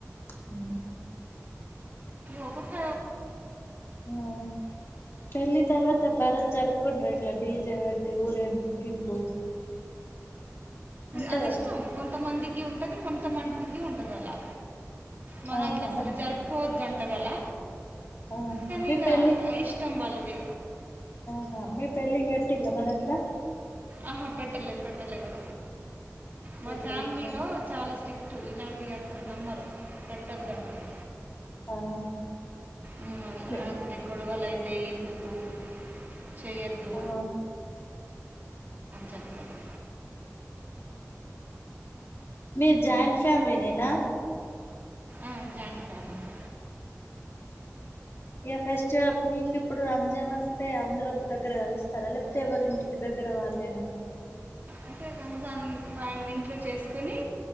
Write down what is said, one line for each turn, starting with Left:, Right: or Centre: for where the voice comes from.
Left: ఉ
Right: ఒకోక్క
Left: మ్మ్ పెళ్లి తర్వాత భరత్ జరుపుకుంటర ఇట్ల డీజే వేట్టి ఊరేగింపు ఉంటదా
Right: అది ఇష్టం కొంతమందికి ఉంటది కొంత మందికి ఉండదు అలా మా
Left: ఆహా
Right: దాంట్లో అసలు
Left: మరి
Right: జరుపుకోవ దంటరాల
Left: ఆ
Right: ననిీగ
Left: మీ పెళ్ళి
Right: ఇష్ట వాళ్ళు <inaudible> మీ
Left: హా మా <inaudible> పెళ్ళికి పెట్టిన్ర మనట్లా
Right: ఆహా పెట్టలేదు పెట్టలేదు మా
Left: పెట్టలేదా
Right: ఫ్యామిలీ లో చాలా స్ట్రిక్ట్ పటు ఇలాంటి అసలు నమ్మరు పెట్టద్దంటారు
Left: ఆహా
Right: ఊ
Left: మీ
Right: ఆ అంటే గొడవలు అయితాండ అంఎందుకు చేయద్దూ
Left: ఆ
Right: చెప్తా <inaudible>
Left: మీ జాయింట్ ఫ్యామిలీ నేనా
Right: ఆ జాయింట్ ఫ్యామిలీ
Left: ఇక ఫస్ట్ మీకు ఇప్పుడు రండి పండగ వసై అందరుూ ఒక దగ్గర కలుస్తారా లేకపోతే ఎవరింటికి దగ్గర వాళ్ళేనా
Right: అంటే రంజాన్ మ ఇంట్లో చేసుకుని